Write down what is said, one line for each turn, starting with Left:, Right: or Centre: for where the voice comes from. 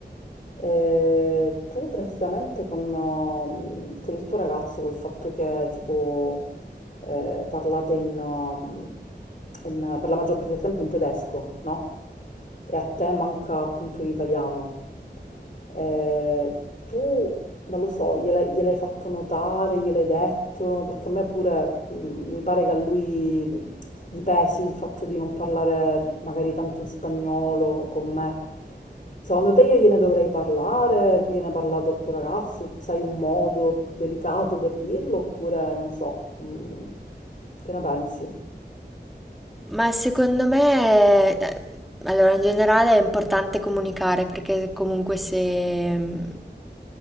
Left: eh, tu praticamente con, um, con il tuo ragazzo, col fatto che tipo eh, parlate in, um, in- per la maggior parte del tempo in tedesco, no? E a te manca appunto l'italiano. Ehm, tu, non lo so, gliel'hai gliel'hai fatto notare, gliel'hai detto, perché a me pure mh, mi pare che a lui mh, gli pesi il fatto di non parlare magari tanto in spagnolo con me. Secondo te io gliene dovrei parlare? Tu gliene hai parlato al tuo ragazzo? Sai un modo delicato per dirlo? Oppure non so, mh, che ne pensi?
Centre: Ma secondo me, eh, allora in generale è importante comunicare perché comunque se... mm,